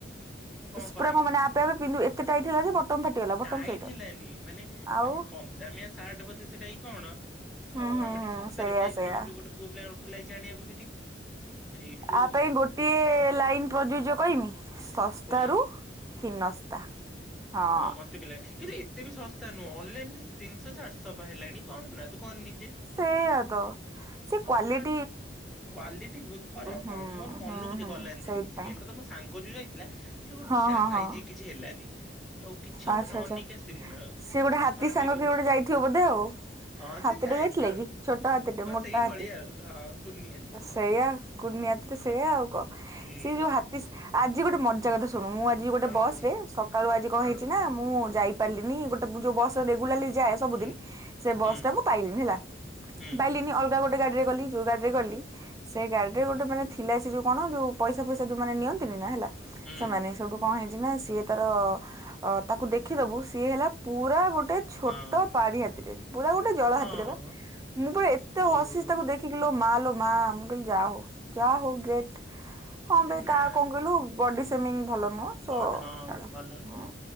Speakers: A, in the centre; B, on the right.
A: ମୁଁ କଣ କରମି।
B: ପୁରା ମାନେ ଆପେ ଆପେ ପିନ୍ଧୁ ଏତେ ଟାଇଟ୍ ହେଲା ଯେ ବଟମ ଫାଟିଗଲା ବଟମ
A: ଟାଇଟ୍
B: ସହିତ।
A: ହେଲାନି ମାନେ
B: ଆଉ
A: ମାନେ କମ୍ ଦାମିଆ ସାର୍ଟ ବୋଧେ ସେଟା କି କଣ।
B: ହୁଁ
A: ଆଉ
B: ହୁଁ
A: ଆମେ
B: ହୁଁ
A: ଟିକେ ଶସ୍ତାରେ
B: ସେଇଆ
A: ବି ଯାଇଥିଲୁ
B: ସେଇଆ।
A: ଯୋଉ ଗୋଟେ ପୁଅ ପିଲାଙ୍କର <unintelligible> ସେଠିକି ସେଇଠୁ
B: ଆ ପାଇଁ ଗୋଟିଏ ଲାଇନ୍ ପ୍ରଯୁଜ୍ୟ କଇମି ଶସ୍ତା
A: କହୁନୁ
B: ରୁ ହିନସ୍ତା ହଁ।
A: ମତେ ବି ଲାଗେ କିନ୍ତୁ ଏତେ ବି ଶସ୍ତା ନୁଅ ଅନଲାଇନ୍ ରେ ତିନିଶ ଚାରିଶ ପା ହେଲାଣି କମ୍ ନା। ତୁ କନି
B: ସେଇଆା ତ ସେ କ୍ଵାଲିଟ୍
A: ହୁଁ କ୍ୱାଲିଟି ବୋହୁତ ଖରାପ
B: ହୁଁ
A: ହଁ। ମୋରୋ ମନକୁ
B: ହୁଁ
A: ଯେ
B: ହୁଁ
A: ଗଲାଣି
B: ସେଇଥିପାଇଁ।
A: ସେଠି କିଛି ମେନ୍ କଥା ମୋ ସାନ୍ ଙ୍ଗ ଯୋଉ ଯାଇଥିଲା ସେଏ ଗୋଟ
B: ହଁ
A: ତା
B: ହଁ
A: ସାଇଜି
B: ହଁ
A: କିଛି ହେଲାନି। ଆଉ କିଛି ଗୋଟେ
B: ଆଚ୍ଛା
A: ନ
B: ଆଚଛା
A: ନେଇକି ଆସିବୁ ନା ଆଉ।
B: ସି ଗୋଟେ
A: ପୁରା
B: ହାତୀ
A: ଖରାପ
B: ସାଙ୍ଗ
A: ଲାଗିବ
B: କି ଗୋଟେ ଯାଇଥିବ ବୋଧେ ଆଉ
A: ହଁ
B: ହାତୀଟେ
A: ସେ ଟାଇପ
B: ଯାଇଥିଲେ
A: ର
B: କି
A: ଆଉ
B: ଛୋଟ ହାତୀଟେ
A: ହଁ
B: ମୋଟା
A: ସେଇଭଳିଆ
B: ହାତୀ।
A: ଆଉ ହଁ କୁନିଆତିଟେ।
B: ସେଇଆ କୁନିହାତିତ
A: ହଁ
B: ସେଇୟା ଆଉ କଣ
A: ହୁଁ
B: ସେ ଯୋଉ ହାତୀ ଆଜି ଗୋଟେ ମଜା କଥା ସୁ ତ ମୁଁ ଆଜି ଗୋଟେ
A: ହଁ
B: ବସ
A: କହୁନୁ
B: ରେ ସ ଆଜି କଣ
A: ହଁ
B: ହେଇଚି ନା ମୁଁ ମୁଁ ଯାଇ ପାରିଲିନି ଗୋଟେ ମୁଁ ଯୋଉ ବସ ତ ରେଗୁଲାଲି ଯାଏ ସବୁଦିନି
A: ହୁଁ
B: ସେ ବସ୍
A: ହୁଁ
B: ଟା ମୁଁ ପାଇଲିନି ହେଲା
A: ହୁଁ।
B: ପାଇଲିନି ଅଲଗା ଗୋଟେ ଗାଡିରେ ଗଲି। ଯୋଉ ଗାଡି ରେ ଗଲି
A: ହୁଁ
B: ସେଇ ଗାଡି ଏ ଗୋଟେ ମାନ ଥିଲା ସେ ଯୋଉ କଣ ଯୋଉ ପଇସା ଫଇସା ଯଉ ମାନ ନିଅନ୍ତିନି ନା ହେଲା
A: ହୁଁ
B: ସେମାନେ ସବୁ କଣ ହେଇଛି ନା ସିଏ ତାର ତାକୁ ଦେଖିଦବୁ ସିଏ ହେଲା ପୁରା ଗୋଟ ଟେ ଛୋଟ
A: ହଁ
B: ପାରି ହାତିଟେ ପୁରା ଗୋଟେ ଜଳ
A: ହଁ
B: ହାତୀଟେ ବା ମୁଁ ପା ଏତେ
A: ଓହୋ
B: ହସିଚି ତାକୁ ଦେଖିକି ଲୋ ମା ଲୋ ମା ମୁ କହିଲି ଯା ହ ଯା ହଉ ଗ୍ରେଟ। ହଁ
A: ଆରେ
B: ବେ
A: ନା
B: କାଆ କଣ କହିଲୁ ବଡି ସୁମିଙ୍ଗ ଭଲ। ନୁଅ ସୋ
A: ବଡ୍ ହଁ
B: ଛାଡ
A: ଭଲ ନୁହଁ।
B: ହୁଁ